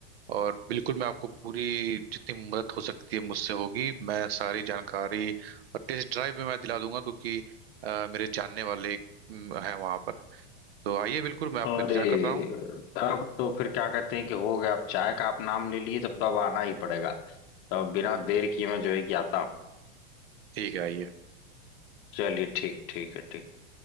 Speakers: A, on the right; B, on the left.
A: और बिल्कुल मैं आपको पूरी जितनी मदद हो सकती है मुझसे होगी मैं सारी जानकारी और टेस्ट ड्राइव भी मैं दिला दूंगा क्योंकि अ, मेरे जानने वाले अम, हैं वहाँ पर तो आइए बिल्कुल मैं आपका
B: अरे
A: इंतजार कर रहा हूँ
B: तब तो फिर क्या कहते हैं कि हो गया अब चाय का आप नाम ले लिए तब तो अब आना ही पड़ेगा तो अब बिना देर किए मैं जो है कि आता हूँ
A: ठीक है आइए
B: चलिए ठीक ठीक है ठीक